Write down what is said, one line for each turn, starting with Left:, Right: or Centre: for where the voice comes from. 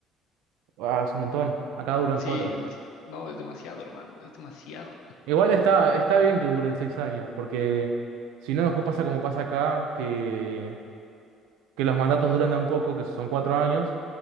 Right: Ah, es un montón. Acá duran
Left: sí,
Right: cuatro.
Left: demasiado. No, es demasiado, hermano, es demasiado. <laughs>
Right: Igual está, está bien que duren seis años, porque si no, después pasa como pasa acá, que que los mandatos duran tan poco, que son cuatro años,